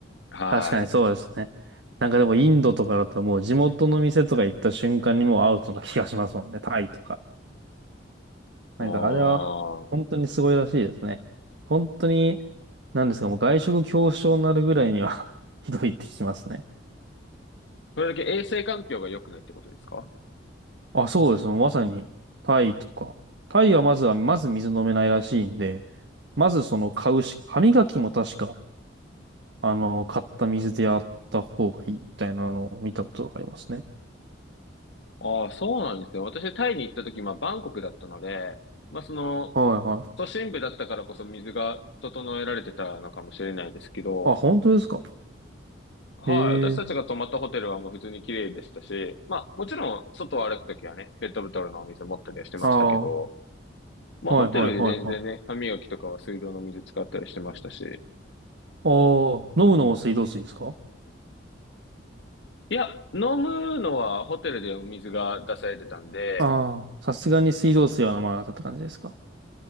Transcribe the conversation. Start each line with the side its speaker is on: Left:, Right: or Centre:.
Left: はい。
Right: 確かにそうですね。なんかでもインドとかだともう地元の店とか行った瞬間にもうアウトな気がしますもんね。タイとか。
Left: おあ。
Right: なんかあれは本当にすごいらしいですね。本当に、なんですか、もう外食恐怖症になるぐらいには <laughs> ひどいって聞きますね。
Left: それだけ衛生環境が良くないってことですか
Right: あ、そうですねまさにタイとか。タイはまずは、まず水飲めないらしいんで、まずその買うし、歯磨きも確か、あの、買った水でやった方がいいみたいなのを見たことがありますね。
Left: ああ、そうなんですよ。私、タイに行った時、まあ、バンコクだったので、まあ、その、
Right: はいはい。
Left: 都心部だったからこそ水が整えられてたのかもしれないですけど、
Right: あ、本当ですか
Left: はい、
Right: へえ。
Left: 私たちが泊まったホテルはもう普通に綺麗でしたし、まあ、もちろん、外を歩くときはね、ペットボトルのお水持ったりはしてましたけど、
Right: ああ、は
Left: まあ、
Right: いはいはいはい。
Left: ホテルで全然ね、歯磨きとかは水道の水使ったりしてましたし、
Right: ああ、飲むのも水道水ですか
Left: いや、飲むのはホテルでお水が出されてたんで、
Right: ああ、さすがに水道水は飲まなかったって感じですか。